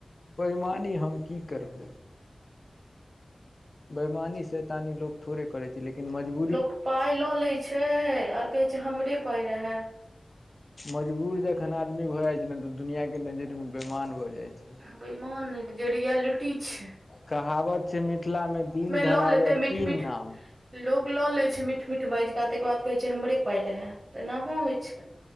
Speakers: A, on the left; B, on the right.
A: बैयमानी हम की करबै। बेैयमानी- सैतानी लोग थोड़े करे लेकिन मजबू
B: लोक पाय लऽ लै छै आर कहै छै, हमरे पाय रहे।
A: मजबूर जखन आदमी भऽ जाय छै न, तऽ दुनिआँके नजैर मे बेैमान भऽ जाय छै।
B: बैमान नैय जे रिएलिटी छैय।
A: कहावत छै, मिथिला मे दिन धराबे
B: लऽ लेतै मीठ
A: तीन
B: मीठ
A: नाम।
B: लोक ल लै छै, मीठ - मीठ बैज क तैके बाद कहै छै, हमरे पाय रहे तऽ एनाहो होय छै।